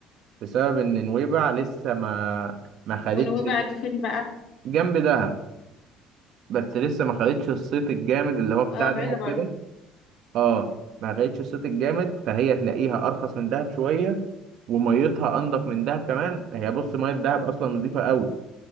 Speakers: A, on the right; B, on the left.
A: بسبب ان نويبع لسه ما ما خدتش
B: ونويبع دي فين بقى
A: جنب دهب بس لسه ما خدتش الصيت الجامد اللي هو بتاع
B: اه بعيدة
A: دهب
B: برضه
A: كده اه ما خدتش الصيت الجامد فهي تلاقيها ارخص من دهب شويه وميتها انضف من دهب كمان هي بص ميه دهب اصلا نظيفه قوي